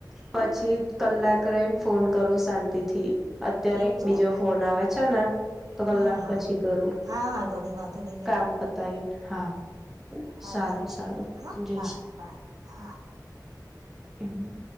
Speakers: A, in the centre; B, on the right.
A: પછી કલાક રહીન ફોન કરું સાંતિથી, અત્યારે
B: એવું
A: એક
B: છે
A: બીજો ફોન આવે છે ને! તો કલાક
B: હા હા
A: પછી કરું
B: હા વાંધો નહી વાંધો નહી
A: કામ પતાયને હા
B: હાજાર
A: સારું
B: સ
A: સારું
B: હા
A: જય
B: હા હા હા
A: એમ